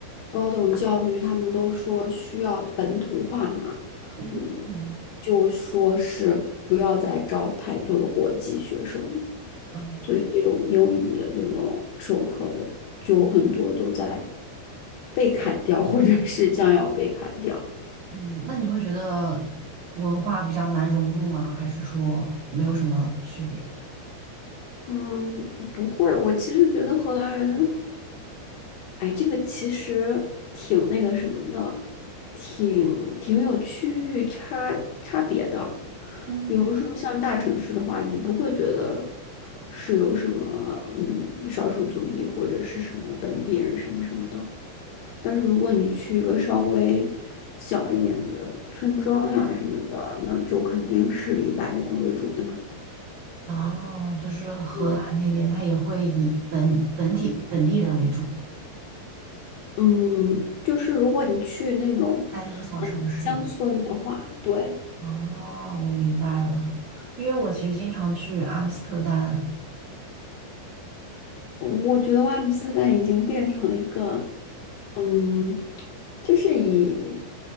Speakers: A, on the left; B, on the right.
A: 高等教育他们都说需要本土化嘛，
B: 嗯
A: 嗯，就说是不要再招太多的国际学生，
B: 嗯
A: 所以这种英语的这种授课的就很多都在被砍掉，或者是将要被砍掉。
B: 嗯，那你会觉得文化比较难融入吗？还是说没有什么区别？
A: 嗯，不会，我其实觉得荷兰人哎，这个其实挺那个什么的，挺挺有区域差差别的。
B: 嗯。
A: 比如说像大城市的话，你不会觉得是有什么嗯少数族裔或者是什么本地人什么什么的。但是如果你去一个稍微小一点的村庄呀什么的，那就肯定是以白人为主的嘛。
B: 哦，就是荷兰那边，
A: 嗯
B: 它也会以本本体本地人为主，
A: 嗯，就是如果你去那种
B: 在那个小城市。
A: 嗯乡村的话，对。
B: 哦，我明白了，因为我其实经常去阿姆斯特丹。
A: 我觉得阿姆斯特丹已经变成了一个，嗯，就是以